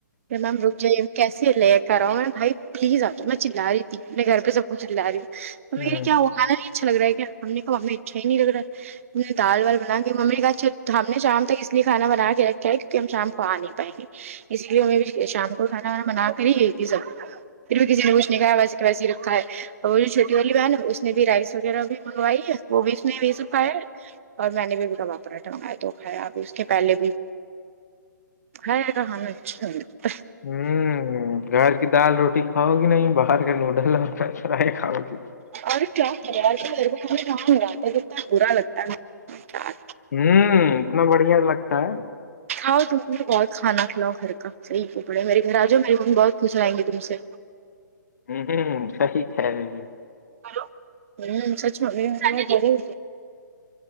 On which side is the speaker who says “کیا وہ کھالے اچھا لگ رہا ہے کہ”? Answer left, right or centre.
Right